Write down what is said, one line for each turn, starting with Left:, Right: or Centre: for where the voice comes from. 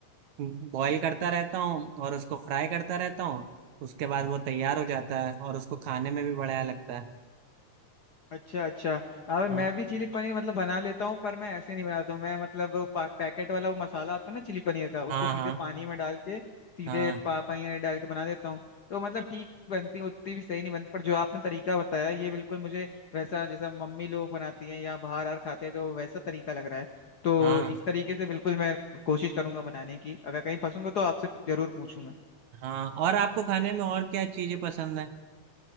Right: बॉईल करता रहता हूँ और उसको फ्राई करता रहता हूँ उसके बाद वो तैयार हो जाता है और उसको खाने में भी बढ़िया लगता है
Left: अच्छा अच्छा अब
Right: हाँ
Left: मैं भी चिली पनीर मतलब बना लेता हूँ पर मैं ऐसे नहीं बनाता हूँ मैं मतलब वो पा, पैकेट वाला वो मसाला आता है ना चिली पनीर का उसको
Right: हाँ
Left: सीधे
Right: हाँ
Left: पानी में डाल के सीधे
Right: हाँ
Left: पा, पनीर डाल के बना देता हूँ तो मतलब ठीक बनती उतनी भी सही नहीं बनती पर जो आपने तरीका बताया ये बिल्कुल मुझे वैसा जैसा मम्मी लोग बनाती हैं या बाहर आर खाते हैं तो वैसा तरीका लग रहा है तो
Right: हाँ
Left: इस तरीके से बिल्कुल मैं कोशिश करूंगा बनाने की अगर कहीं फंसूंगा तो आपसे जरूर पूछूंगा
Right: हाँ और आपको खाने में और क्या चीज़ें पसंद है